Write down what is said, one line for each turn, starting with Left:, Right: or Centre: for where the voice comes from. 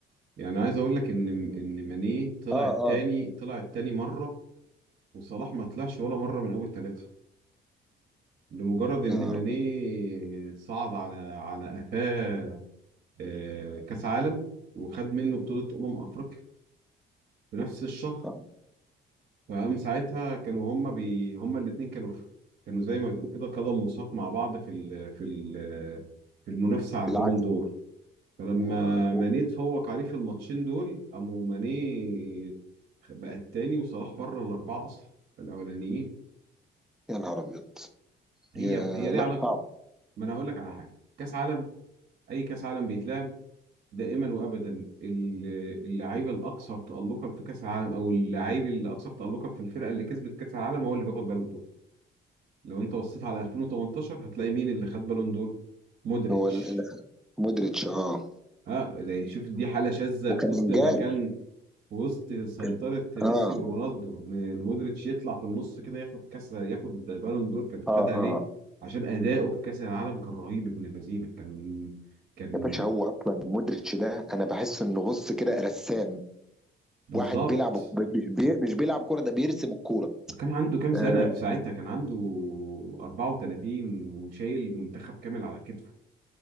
Right: يعني عايز اقول لك ان ان ماني طلع
Centre: اه
Right: التاني
Centre: اه
Right: طلع التاني مره وصلاح ما طلعش ولا مره من اول ثلاثه لمجرد ان
Centre: يا نهار
Right: ماني
Centre: ابيض
Right: صعد على على قفاه آه، كاس عالم وخد منه بطوله امم افريقيا في نفس الشهر
Centre: صعب.
Right: فقام ساعتها كانوا هما بي هما الاثنين كانوا في كانوا زي ما تقول كده قدم وساق مع بعض في ال في ال في المنافسه على
Centre: بالعكس
Right: البالون دور فلما
Centre: و...
Right: ماني
Centre: و...
Right: اتفوق عليه في الماتشين دول قاموا ماني بقى التاني وصلاح بره الاربعه اصلا الاولانيين
Centre: يا نهار ابيض
Right: هي
Centre: يا
Right: هي ليها
Centre: لا
Right: علاقه
Centre: صعب
Right: ما انا هقول لك على حاجه كاس عالم اي كاس عالم بيتلعب دائما وابدا ال- اللعيب الاكثر تالقا في كاس العالم او اللعيب الاكثر تالقا في الفرقه اللي كسبت كاس العالم هو اللي بياخد بالون دور لو انت بصيت على 2018 هتلاقي مين اللي خد بالون دور مودريتش
Centre: هو ال- ال- مودريتش اه
Right: اه ده شوف دي حاله شاذه
Centre: وكان
Right: في وسط
Centre: انجاز
Right: ما كان وسط سيطرة
Centre: كان
Right: ميسي
Centre: اه
Right: ورونالدو إن مودريتش يطلع في النص كده ياخد كاس ياخد بالون دور كان
Centre: اه
Right: خدها
Centre: اه
Right: ليه؟ عشان أداؤه في كأس العالم كان رهيب ابن اللذينة كان كان
Centre: يا باشا هو اصلا مودريتش ده انا بحس انه بص كده رسام
Right: بالظبط
Centre: واحد بيلعب ب- مش بي... مش بيلعب كوره ده بيرسم الكوره
Right: وكان عنده كام سنة
Centre: آه
Right: في ساعتها كان عنده 34 وشايل منتخب كامل على كتفه